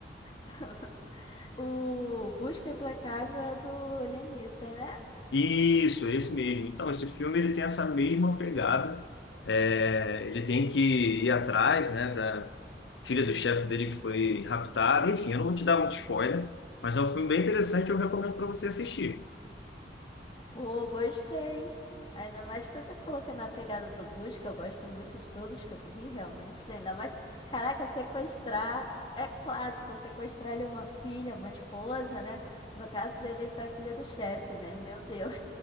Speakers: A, on the left; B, on the left.
A: <laughs> O Busca Implacável é do Liam Neeson, né?
B: Isso, é esse mesmo. Então, esse filme ele tem essa mesma pegada. É, ele tem que ir atrás, né, da filha do chefe dele que foi raptada. Enfim, eu não vou te dar muito spoiler, mas é um filme bem interessante, eu recomendo para você assistir.
A: Pô, gostei. Ainda mais que você falou que é na pegada do busca. Eu gosto muito de todos que eu vi, realmente. né? Ainda mais, caraca, sequestrar é clássico. Sequestrar ali uma filha, uma esposa, né? No caso dele, foi a filha do chefe, né? Meu Deus.